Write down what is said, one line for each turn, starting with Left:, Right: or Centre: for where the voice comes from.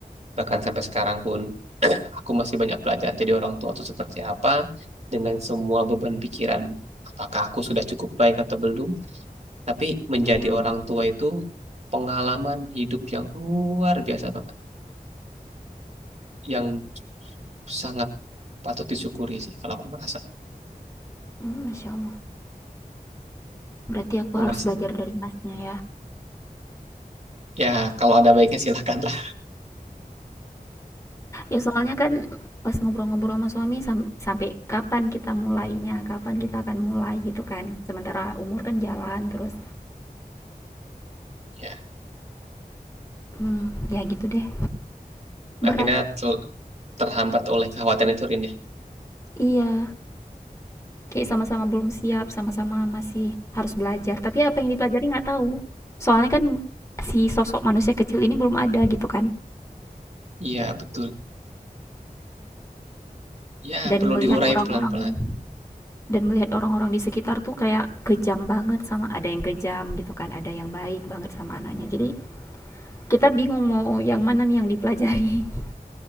Right: bahkan sampai sekarang pun aku masih banyak belajar jadi orang tua itu seperti apa, dengan semua beban pikiran, apakah aku sudah cukup baik atau belum, tapi menjadi
Left: Mm,
Right: orang tua itu pengalaman hidup yang luar biasa banget. Yang sangat patut disyukuri sih kalau aku merasa
Left: mm, masya allah berarti aku
Right: aku
Left: harus
Right: merasa
Left: belajar
Right: gitu.
Left: dari masnya ya
Right: ya kalau ada baiknya silakanlah
Left: Ya soalnya kan pas ngobrol-ngobrol sama suami sam- sampai kapan kita mulainya, kapan kita akan mulai gitu kan. Sementara umur kan jalan terus.
Right: ya
Left: Hmm, ya gitu deh.
Right: akhirnya
Left: Berat.
Right: terhambat oleh kekhawatiran itu Rin ya
Left: Iya. Kayak sama-sama belum siap, sama-sama masih harus belajar. Tapi apa yang dipelajari nggak tahu. Soalnya kan si sosok manusia kecil ini belum ada gitu kan.
Right: iya betul ya
Left: Dan
Right: perlu
Left: melihat
Right: diurai
Left: orang-orang
Right: pelan-pelan
Left: dan melihat orang-orang di sekitar tuh kayak kejam banget sama ada yang kejam gitu kan, ada yang baik banget sama anaknya. Jadi kita bingung mau yang mana nih yang dipelajari <laughs>